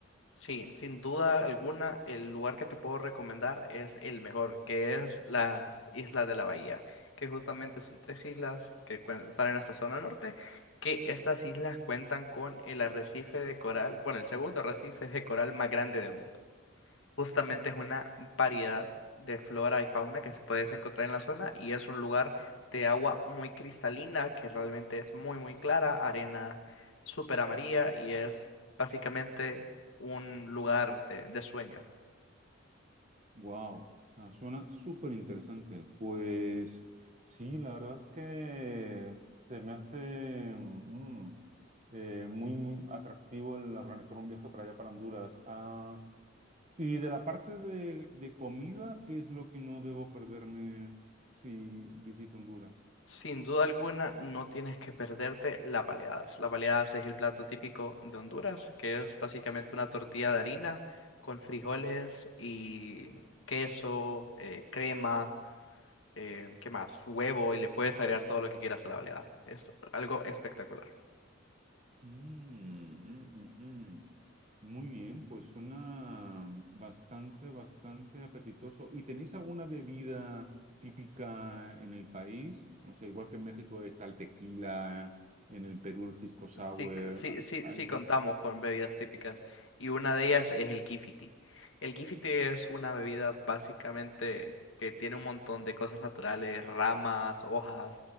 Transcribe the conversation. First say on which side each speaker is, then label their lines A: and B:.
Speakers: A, on the left; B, on the right.
A: Sí, sin duda alguna, el lugar que te puedo recomendar es el mejor, que es las Islas de la Bahía, que justamente son tres islas que cuen- están en nuestra zona norte, que estas islas cuentan con el arrecife de coral, bueno, el segundo arrecife de coral más grande del mundo. Justamente es una variedad de flora y fauna que se puede encontrar en la zona y es un lugar de agua muy cristalina que realmente es muy muy clara, arena súper amarilla y es básicamente un lugar de, de sueño.
B: Wow, o sea, suena súper interesante. Pues sí, la verdad es que se me hace mm, eh, muy atractivo el organizar un viaje para allá, para Honduras. Ah, y de la parte de, de comida, ¿qué es lo que no debo perderme si visito Honduras?
A: Sin duda alguna no tienes que perderte las baleadas. Las baleadas es el plato típico de Honduras, que es básicamente una tortilla de harina con frijoles y queso, eh, crema. eh, ¿qué más? Huevo y le puedes agregar todo lo que quieras a la baleada. Es algo espectacular.
B: Mm, mm, mm, mm. Muy bien, pues suena bastante, bastante apetitoso. ¿Y tenéis alguna bebida típica en el país? No sé, igual que en México está el tequila, en el Perú el pisco sour.
A: Sí, sí, sí, sí,
B: hay-
A: sí contamos con bebidas típicas y una de ellas es el kifiti. El kifiti es una bebida básicamente que tiene un montón de cosas naturales, ramas, hojas,